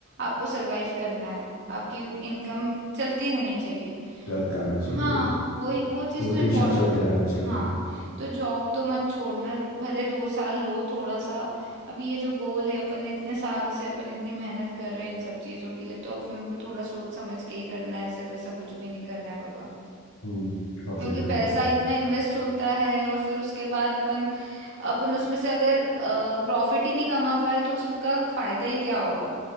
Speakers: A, on the right (about 55°); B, on the left (about 75°).
A: आपको सरवाइव करना है आपकी इनकम चलती रहनी चाहिए
B: चलता रहना चाहिए
A: हाँ
B: भाई
A: वही वो चीज़
B: रोटेशन
A: तो इम्पोर्टेंट
B: चलते
A: है
B: रहना चाहिए
A: हाँ तो जॉब तो मत छोड़ना भले दो साल लो थोड़ा सा अब ये जो गोल है अपन इतने साल से अपन इतनी मेहनत कर रहे हैं इन सब चीज़ों के लिए तो अपन को थोड़ा सोच समझ के ही करना है ऐसे वैसा कुछ भी नहीं करना है बाबा
B: हम्म काफी
A: क्योंकि
B: ज्यादा
A: पैसा इतना इन्वेस्ट होता है और फिर उसके बाद अपन अपन उसमें से अगर प्रॉफिट ही नहीं कमा पाए तो उसमें का फायदा ही क्या होगा